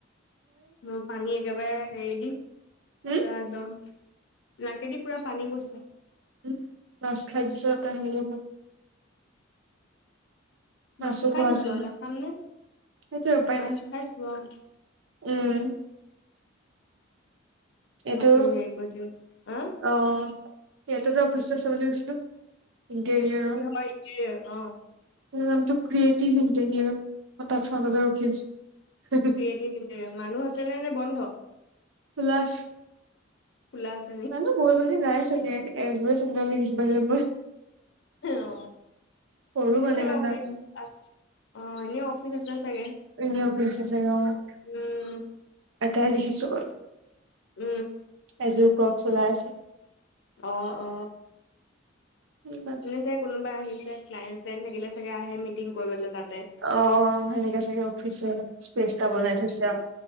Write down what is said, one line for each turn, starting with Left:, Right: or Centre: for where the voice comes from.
Left: মই পানী একেবাৰে হেৰি দি পুৰা
Right: হম
Left: একদম নাকেদি পুৰা পানী বৈছে।
Right: উম মাছ খাই দিছা কাহিয়ে ভু- মাছো
Left: মাছ খাই
Right: খোৱা
Left: দিছো
Right: হৈছে
Left: অ
Right: ন
Left: নাখামনে
Right: সেইটোৱে উপায়
Left: মাছ
Right: নাই।
Left: খাইছো অহ
Right: উম। এইটো
Left: লোকে হেৰি কৰি থাকে হা
Right: অ ইয়াতে যে অফিচটো আছে বুলি কৈছিলো। ইংকেৰিয়াৰৰ
Left: কিহৰ ইণ্টেৰিয়ৰ অ
Right: মো নামটো ক্ৰিয়েটিভ ইঞ্জিনিয়াৰ, মই তা ফালতে ৰখি আছো।
Left: <unintelligible> মানুহ আছে নে বন্ধ
Right: প্লাছ
Left: খোলা আছ-
Right: মানুহ বহু বেছি নাই চাগে এজোৰা চেন্দেল দেখিছোঁ বাহিৰত মই।
Left: অ
Right: সৰু
Left: এনে
Right: মানে
Left: চাগে
Right: ইমান
Left: অফিচ
Right: ডাঙৰ
Left: আছ- অ এনেই অফিচ আছে চাগে,
Right: এনে অফিচ চাগে অ'
Left: উম।
Right: এটাই দেখিছোঁ বাৰ।
Left: উম।
Right: এযোৰ ক্ৰকছ ওলাই আছে।
Left: অ অ।
Right: উম দাক-
Left: আহিছে কোনোবা আহিছে ক্লাইণ্ট-চাইন থাকিলে চাগে আহে মিটিং কৰিবলৈ তাত।
Right: অ সেনেকে চাগে অফিচৰ স্পেচ এটা বনাই থৈছে আও।